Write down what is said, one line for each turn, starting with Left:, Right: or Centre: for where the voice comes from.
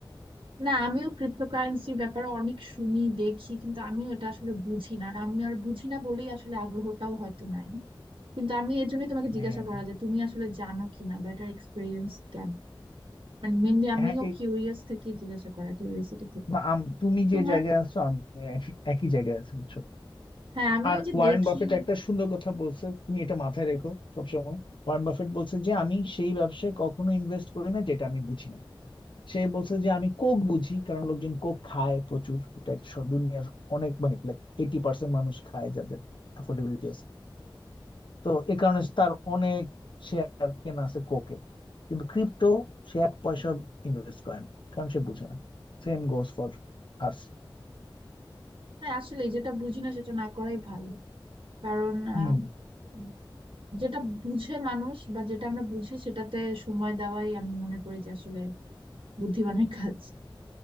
Right: না আমিও ক্রিপ্টোকারেন্সির ব্যাপারে অনেক শুনি দেখি কিন্তু আমিও এটা আসলে বুঝি না আর আমি আর বুঝি না বলেই আসলে আগ্রহটাও হয়তো নাই কিন্তু আমি এর জন্যই তোমাকে জিজ্ঞাসা
Left: হ্যাঁ
Right: করা যে তুমি আসলে জানো কিনা বা এটার এক্সপিরিয়েন্স কেন মেনলি আমিও
Left: হ্যাঁ এই
Right: কিউরিয়াস থেকে জিজ্ঞাসা করা কিউরিয়াসিটি থেকে
Left: বা আম- তুমি যে
Right: তোমার
Left: জায়গায় আছো আমি একই একই জায়গায় আছি বুঝছো
Right: হ্যাঁ আমি
Left: আর
Right: ওই যে
Left: ওয়ারেন
Right: দেখি
Left: বাফেট একটা সুন্দর কথা বলছে তুমি এটা মাথায় রেখো সবসময় ওয়ারেন বাফেট বলছে যে আমি সেই ব্যবসায় কখনো ইনভেস্ট করি না যেটা আমি বুঝি না সে বলছে যে আমি কোক বুঝি কারণ লোকজন কোক খায় প্রচুর এটা এক স- দুনিয়ার অনেক মানে লাইক এইটি পার্সেন্ট মানুষ খায় যাদের অ্যাফোর্ডেবিলিটি আছে তো এ কারণে তার অনেক শেয়ার কেনা আছে কোকে কিন্তু ক্রিপ্টো সে এক পয়সা ইনভেস্ট করে না কারণ সে বুঝে না Same goes for us
Right: হ্যাঁ আসলে যেটা বুঝি না সেটা না করাই ভালো কারণ
Left: Hmm
Right: আহ, উম, যেটা বুঝে মানুষ বা যেটা আমরা বুঝি সেটাতে সময় দেওয়াই আমি মনে করি যে আসলে বুদ্ধিমানের কাজ